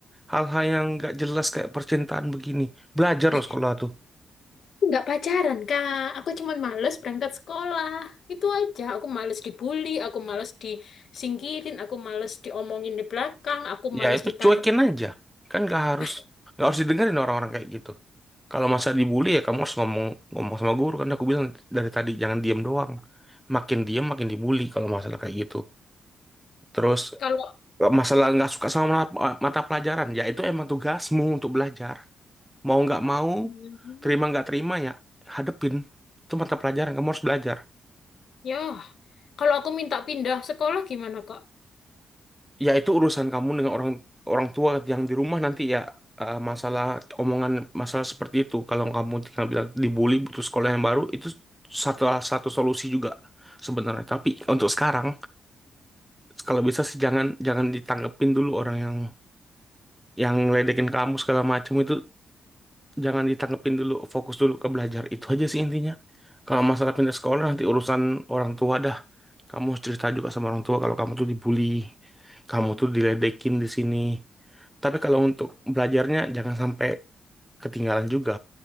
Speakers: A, in the centre; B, on the left (about 65°).
A: hal-hal yang nggak jelas kayak percintaan begini. Belajar
B: Ih,
A: loh sekolah tuh.
B: aku Nggak pacaran, Kak. Aku cuman males berangkat sekolah. Itu aja. Aku males dibully, aku males disingkirin, aku males diomongin di belakang, aku males
A: Ya itu
B: ditanduk.
A: cuekin aja. Kan nggak harus,
B: <laughs>
A: nggak harus didengerin orang-orang kayak gitu. Kalau masa dibully ya kamu harus ngomong ngomong sama guru. Kan aku bilang dari tadi jangan diem doang. Makin diem makin dibully kalau masalah kayak gitu. Terus
B: Kalau...
A: Nggak Masalah nggak suka sama mata mata pelajaran, ya itu emang tugasmu untuk belajar. Mau nggak mau,
B: Hmm,
A: terima nggak terima ya, hadepin. Itu mata pelajaran, kamu harus belajar.
B: Ya, kalau aku minta pindah sekolah gimana, Kak?
A: Ya itu urusan kamu dengan orang orang tua yang di rumah nanti ya eh, masalah omongan masalah seperti itu. Kalau kamu tinggal bilang dibully butuh sekolah yang baru, itu satu satu solusi juga sebenarnya. Tapi untuk sekarang, kalau bisa sih jangan jangan ditanggepin dulu orang yang yang ledekin kamu segala macam itu jangan ditanggepin dulu fokus dulu ke belajar itu aja sih intinya kalau masalah pindah sekolah nanti urusan orang tua dah kamu harus cerita juga sama orang tua kalau kamu tuh dibully kamu tuh diledekin di sini tapi kalau untuk belajarnya jangan sampai ketinggalan juga